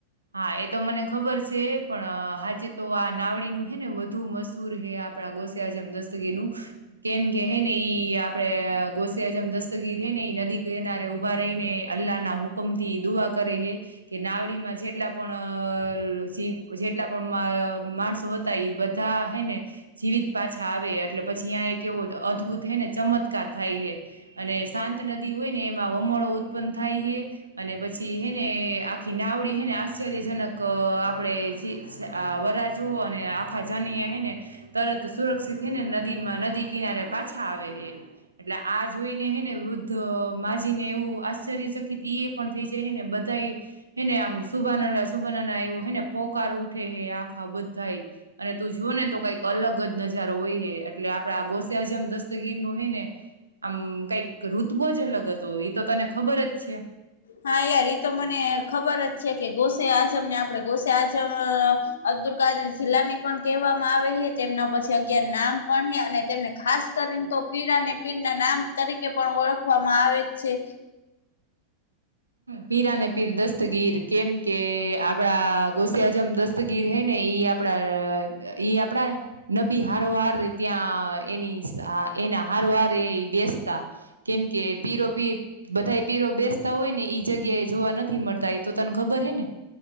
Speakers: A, on the right; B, on the left.
A: હા એ તો મને ખબર છે પણ હાચે તો આ નાવડીનુંું હે ને વધુ મધૂર હે આપ ગોસિયાજમ દસ્તગીર નું કેમ કે ને ઈ આપડે ગોસિયાજમ દસ્તગીર નદી કિનારે ઉભા રહી ને અલ્લાહના હુકમ થી દુઆ કરે છેે કે નાવડીમાં જે જેટલા પણ જેટલા પણ માણસો હતા એ બધા હૈ ને જીવિત પાછા આવે એટલે પછી આં એ કેવો અદ્ભુત હે ને ચમત્કાર થાય હ અને શાંત નદી હોય ને એમાં વમળો ઉત્પન્ન થાય છે અને પછી હેને આખી નાવડી હેને આશ્ચરજનક આપણે વરા જુઓ અને આખા જાન્યા હ ને તરત સુરક્ષિત છે ને નદીમાં નદી કિનારે પાછા આવે હે એટલે આ જોઈ ને હે ને વૃદ્ધ મામાંજીને એવું આશ્ચર્ય ચકિત ઈ એ પણ થઈ જાય હે ને બધ તઈ એને આમ સુબાનાના સુબાના ના એવું હે ને પોકાર ઉઠે હે આખા બધાાઈ અને તું જો ને તો કઈક અલગ જ નજારો હોય હ એટલે આપડા ગોસ જેમ દસ્તગીર નું હોય ને આમ કઈક ઋતબો જ અલગ હતો એ તો તને ખબર જ છે.
B: હા યાર એ તો મને ખબર જ છે કે ગોસે આજમ ને આપડે ગોસે આજમ અબ્દુલ ક જિલ્લા ની પણ કહેવામાં આવે છે તેમના પછી અગિયાર નામ પણ હે અને તેમને ખાસ કરીને. તો પીરા અને પીરના નામ તરીકે પણ ઓળખવામાં આવે છે.
A: પીરાને પીર દસ્તગીર કેમ કે આપડા ગોસિયાજમ દસ્તગીર હે ને ઈ આપડા ઈ આપડા નબી હારોહાર ત્યાં એની એના હાર વાર એ બેસતા કેમકે પીરો પી બધા પીરો બેસતા હોય ને. જગ્યા એ જોવા નથી મળતા એ તો તને ખબર હે ને.